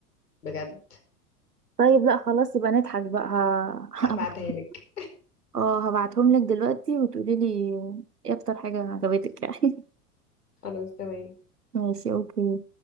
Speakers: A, on the left; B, on the right.
A: بجد
B: طيب لا خلاص يبقى نضحك بقى ه-
A: ابعتها لك
B: <laughs> اه هبعتهم لك دلوقتي وتقولي لي ايه اكتر حاجة عجبتك يعني
A: خلاص تمام
B: <laughs> ماشي اوكي